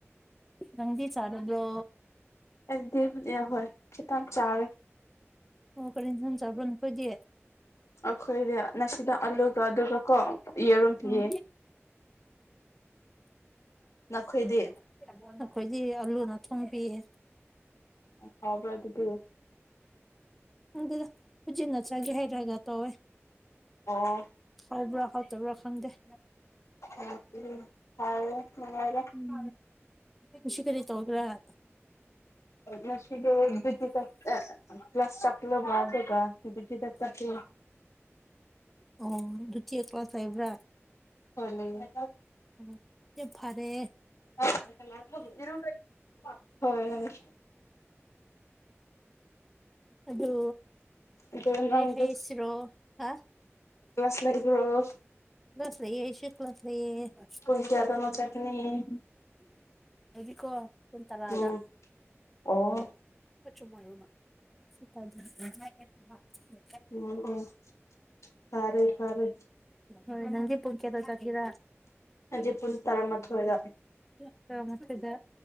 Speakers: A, in the centre; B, on the left.
A: ꯅꯪꯗꯤ ꯆꯥꯔꯕ꯭ꯔꯣ
B: ꯑꯩꯗꯤ ꯍꯧꯖꯤ ꯍꯣꯏ ꯈꯤꯇꯪ ꯆꯥꯔꯦ
A: ꯑꯣ ꯀꯔꯤ ꯏꯟꯁꯥꯡ ꯆꯥꯕ꯭ꯔꯥ ꯅꯈꯣꯏꯗꯤ
B: ꯑꯈꯣꯏꯗꯤ ꯅꯁꯤꯗ ꯑꯂꯨꯒ ꯑꯗꯨꯒ ꯀꯣ ꯌꯦꯔꯨꯝ ꯄꯤꯌꯦ
A: ꯎꯝ
B: ꯅꯈꯣꯏꯗꯤ
A: ꯎꯝ ꯑꯈꯣꯏꯗꯤ ꯑꯂꯨꯅ ꯊꯣꯡꯕꯤꯌꯦ
B: ꯍꯥꯎꯕ꯭ꯔ ꯑꯗꯨꯗꯤ
A: ꯈꯪꯗꯦꯗ ꯍꯧꯖꯤꯅ ꯆꯥꯒꯦꯍꯥꯏꯔꯒ ꯇꯧꯋꯦ
B: ꯑꯣ
A: ꯍꯥꯎꯕ꯭ꯔꯥ ꯍꯥꯎꯇꯕ꯭ꯔꯥ ꯈꯪꯗꯦ
B: ꯎꯝ ꯎꯝ ꯐꯔꯦ ꯅꯨꯡꯉꯥꯏꯔꯦ
A: ꯎꯝ ꯉꯁꯤ ꯀꯔꯤ ꯇꯧꯒꯦꯔꯥ
B: ꯉꯁꯤꯗꯣ ꯍꯧꯖꯤꯛꯀꯤꯗꯣ ꯀ꯭ꯂꯥꯁ ꯆꯛꯂꯕ ꯑꯗꯨꯒ ꯍꯧꯖꯤꯛꯀꯤꯗ ꯆꯠꯀꯦ
A: ꯑꯣ ꯑꯗꯨ ꯇꯤꯌꯥ ꯀ꯭ꯂꯥꯁ ꯂꯩꯕ꯭ꯔꯥ
B: ꯍꯣꯏ ꯂꯩꯌꯦ
A: ꯎꯝ ꯌꯥꯝ ꯐꯥꯔꯦ
B: ꯍꯣꯏ ꯍꯣꯏ
A: ꯑꯗꯨ
B: ꯑꯗꯨ
A: ꯀꯔꯤ
B: ꯅꯪꯗꯤ
A: ꯍꯥꯏꯁꯤꯔꯣ ꯍꯥ
B: ꯀ꯭ꯂꯥꯁ ꯂꯩꯕꯔꯣ
A: ꯀ꯭ꯂꯥꯁ ꯂꯩꯌꯦ ꯑꯩꯁꯨ ꯀ꯭ꯂꯥꯁ ꯂꯩꯌꯦ ꯑꯍꯝ
B: ꯄꯨꯡ ꯀꯌꯥꯗꯅꯣ ꯆꯠꯀꯅꯤ
A: ꯑꯩꯗꯤꯀꯣ ꯄꯨꯡ ꯇꯥꯔꯥꯗ
B: ꯎꯝ ꯑꯣ
A: ꯍꯥꯠꯆꯨ ꯃꯣꯏꯔꯣꯃꯥ ꯁꯤ ꯇꯥꯗꯤ <unintelligible>
B: ꯑꯣ ꯑꯣ ꯇꯥꯔꯦ ꯇꯥꯔꯦ
A: ꯍꯣꯏ ꯅꯪꯗꯤ ꯄꯨꯛ ꯀꯌꯥꯗ ꯆꯠꯀꯦꯔꯥ
B: ꯍꯧꯖꯤꯛ ꯄꯨꯟ ꯇꯔꯥꯃꯥꯊꯣꯏꯗ
A: ꯌꯥ ꯇꯔꯥꯃꯊꯣꯏꯗ